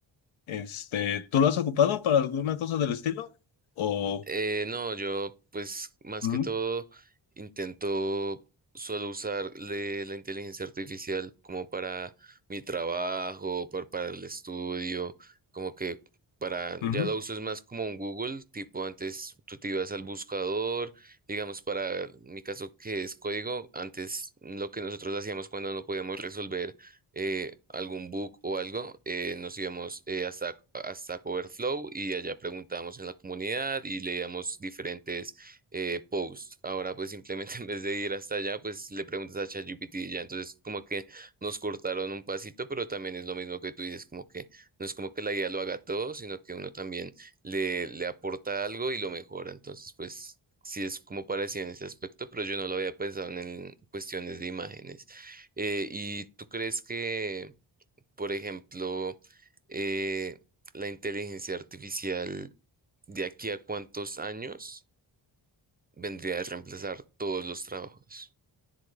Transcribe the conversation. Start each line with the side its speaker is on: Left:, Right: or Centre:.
Left: Este, ¿tú lo has ocupado para alguna cosa del estilo? O
Right: Eh, no, yo pues más
Left: Ujú,
Right: que todo intento solo usar le- la inteligencia artificial como para mi trabajo, par- para, el estudio, como que para,
Left: ujú.
Right: ya lo uso es más como un Google, tipo antes tú te ibas al buscador, digamos para mi caso que es código, antes lo que nosotros hacíamos cuando no podíamos resolver eh, algún book o algo, eh, nos íbamos eh, hasta, hasta Coverflow y allá preguntábamos en la comunidad y leíamos diferentes eh, posts. Ahora pues simplemente <laughs> en vez de ir hasta allá, pues le preguntas a ChatGPT y ya. Entonces como que nos cortaron un pasito, pero también es lo mismo que tú dices, como que no es como que la guía lo haga todo, sino que uno también le, le aporta algo y lo mejora. Entonces pues... Sí, es como parecía en ese aspecto, pero yo no lo había pensado en en cuestiones de imágenes. Eh, ¿y tú crees que, por ejemplo, eh, la inteligencia artificial de aquí a cuántos años vendría a reemplazar todos los trabajos?